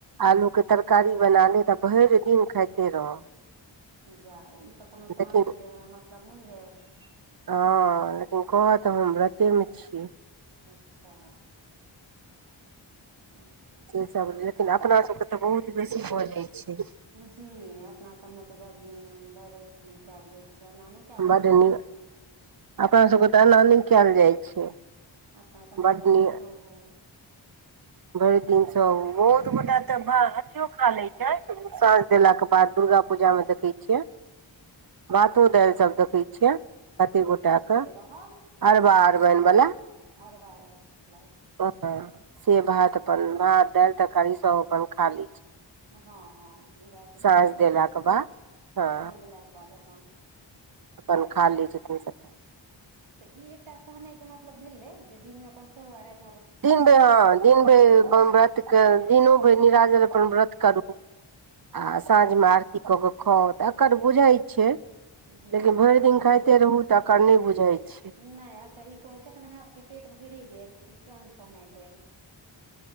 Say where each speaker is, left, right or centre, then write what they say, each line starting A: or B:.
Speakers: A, on the right (about 50°); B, on the right (about 80°).
A: आलू के तरकारी बना लेतऽ आ भइर दिन खाइते रह
B: जा ई तऽ कोनो सहनायके
A: लेकिन
B: मतलब नइ भेल
A: हँ लेकिन कहत हम व्रतेमे छी
B: अच्छा ओ
A: सेसब लेकिन अपनासबके तऽ बहुत बेसी भ जाई छै
B: जी अप अपना सबमे तऽ बड़ नियम बड़ अथी कयल जाय छै एना नय कयल जाय
A: बड्ड
B: छै अपना
A: नीक
B: सबमे
A: अपना सबके तऽ ऐना नय केल जाइ छै
B: अपना सब में
A: बड्ड
B: भइर दिन
A: नीक
B: सहु
A: भरि दिन सहु बहुत गोटा तऽ भा अथियो खा लै छै साँझ देलाक के बाद दुर्गा पूजा में देखै छियै भातो दाइल सब देखै छियै कते गोटा के
B: हम
A: अरबा अरबइन वला
B: अरबा अरबइन खेलाइत
A: ओ से भात पर भात दाइल तरकारी सब अपन खा लै छै
B: हँ हँ ई बात तऽ
A: साँझ
B: छहिए
A: देलाके बाद हँ
B: साँझ देलाके बाद अपन
A: अपन खा लै छथिन सबटा
B: तऽ ई एकटा सहने के मतलब भेलय जे दिन में अपन सहु आ राइत
A: दिन बेर अं दिन भेर बम व्रत के दिनो क निराजन अपन व्रत करू आ
B: हँ
A: साँझ में आरती कऽ क ख तकर बुझाय छै
B: जी
A: लेकिन
B: एकरा
A: भइर दिन
B: ई
A: खाइते रहु तकर नहि बुझाय छै
B: नय अकर ई कोनो जखन अहाँके पेट भइरे गेल तऽ ई कोन सहनाइ भेल